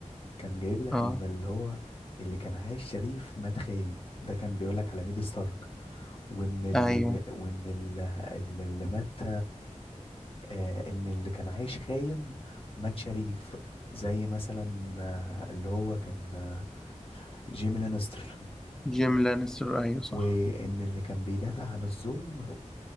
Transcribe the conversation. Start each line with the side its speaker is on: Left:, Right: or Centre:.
Left: كان جايب لك
Centre: اه
Left: ان اللي هو اللي كان عايش شريف مات خاين ده كان بيقول لك على نيد ستارك وان اللي
Centre: ايوه
Left: م- وان اللي, اللي مات آه ان اللي كان عايش خاين مات شريف زي مثلا آه اللي هو كان آه، جيمي لانستر
Centre: جيم لانستر ايوه صح
Left: وان اللي كان بيدافع عن الظلم